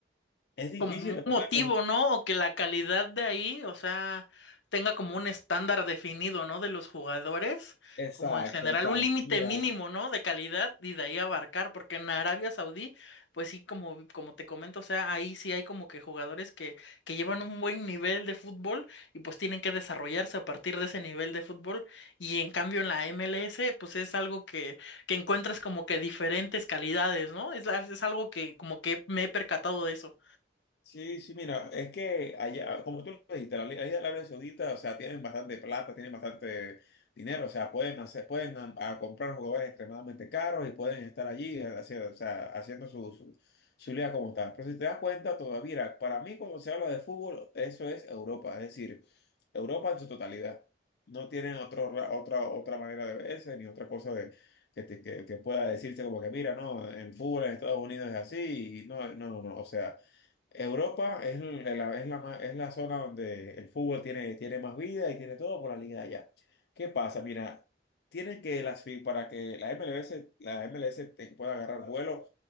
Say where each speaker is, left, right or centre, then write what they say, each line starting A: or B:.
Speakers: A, on the left; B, on the left.
A: es difícil,
B: como un
A: ¿verdad?
B: motivo,
A: Con-
B: ¿no? O que la calidad de ahí, o sea, tenga como un estándar definido, ¿no? De los jugadores,
A: Exacto,
B: como en general,
A: exacto,
B: un límite
A: mira.
B: mínimo, ¿no? De calidad y de ahí abarcar, porque en Arabia Saudí, pues sí, como, como te comento, o sea, ahí sí hay como que jugadores que, que llevan un buen nivel de fútbol y pues tienen que desarrollarse a partir de ese nivel de fútbol. Y en cambio en la MLS, pues es algo que, que encuentras como que diferentes calidades, ¿no? Es, es algo que como que me he percatado de eso.
A: Sí, sí, mira, es que allá, como tú lo dijiste, la- allá en el área saudita, o sea, tienen bastante plata, tienen bastante dinero, o sea, pueden hacer, pueden a- a comprar jugadores extremadamente caros y pueden estar allí haciendo, o sea, haciendo su, su, su liga como tal. Pero si te das cuenta, todavía, mira, para mí cuando se habla de fútbol, eso es Europa, es decir, Europa en su totalidad. No tienen otro, ra- otra, otra manera de verse ni otra cosa de, que, te- que, que pueda decirse como que, mira, no, el fútbol en Estados Unidos es así, y no, no, no, no, o sea. Europa es, el- el- la, es, la, ma- es la zona donde el fútbol tiene, tiene más vida y tiene todo por la liga de allá. ¿Qué pasa? Mira, tienen que las fi- para que la MLS, la MLS te pueda agarrar vuelo,